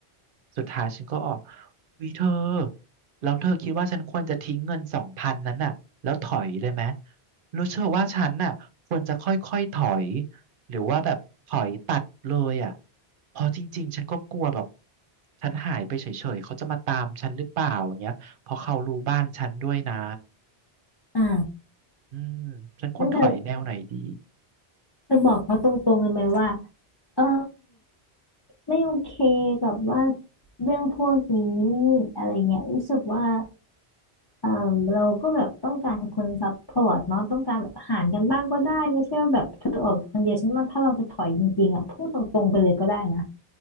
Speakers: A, on the right (about 60°); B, on the left (about 25°).
A: สุดท้ายฉันก็ออกวิเธอแล้วเธอคิดว่าฉันควรจะทิ้งเงินสองพันนั้นน่ะแล้วถอยเลยไหมรู้เธอว่าฉันน่ะควรจะค่อยๆถอย หรือว่าแบบถอยตัดเลยอ่ะเพอจริงๆฉันก็กลัวแบบฉันหายไปเฉยๆเขาจะมาตามฉันหรือเปล่าอย่างเงี้ยเพอเขารู้บ้านฉันด้วยนะ
B: อ่า
A: อืมฉันควรถอยแนวไหนดี
B: งั้นเธอ จะบอกเขาตรงๆเลยไหมว่าเออไม่โอเคกับว่าเรื่องพวกนี้อะไรเงี้ยรู้สึกว่าเออเราก็แบบต้องการคนซัพพอร์ตเนาะต้องการแบบหารกันบ้างก็ได้ไม่ใช่ว่าแบบเธอออกคนเดียวฉันมาถ้าเราจะถอยจริงๆอ่ะพูดตรงๆไปเลยก็ได้นะ